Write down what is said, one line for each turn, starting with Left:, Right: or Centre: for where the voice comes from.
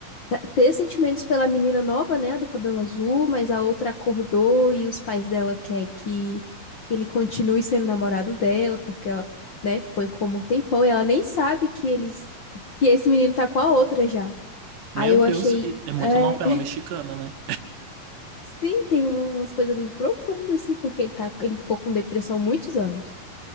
Left: ta- ter sentimentos pela menina nova, né, a do cabelo azul, mas a outra acordou e os pais dela querem que, que ele continue sendo namorado dela, porque ela, né, ficou em coma um tempão e ela nem sabe que eles, que esse menino tá com a outra já.
Right: Meu
Left: Aí eu
Right: Deus,
Left: achei,
Right: e é muita
Left: é,
Right: novela
Left: <laughs>
Right: mexicana, né?
Left: sim, tem um- umas coisas bem profundas, assim, porque ele tá, ele ficou com depressão há muitos anos.